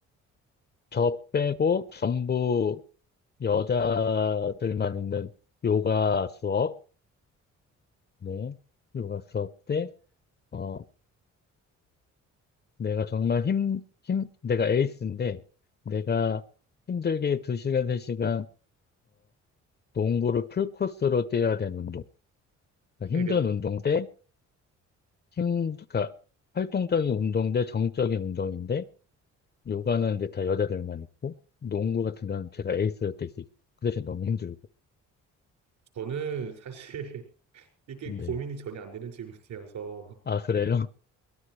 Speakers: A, on the left; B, on the right.
A: 저 빼고 전부 여자들만 있는 요가 수업, 네, 요가 수업 때, 어, 내가 정말 힘, 힘, 내가 에이스인데, 내가 힘들게 2시간, 3시간 농구를 풀코스로 뛰어야 되는 운동. 그러니까
B: 그러니까
A: 힘든 운동 대 힘, 그러니까 활동적인 운동 대 정적인 운동인데 요가는 이제 다 여자들만 있고 농구 같은 경우는 제가 에이스로 뛸 수 있고 그 대신 너무 힘들고.
B: 저는 사실 <laughs> 이게
A: 네.
B: 고민이 전혀 안 되는 질문이어서
A: 아, 그래요?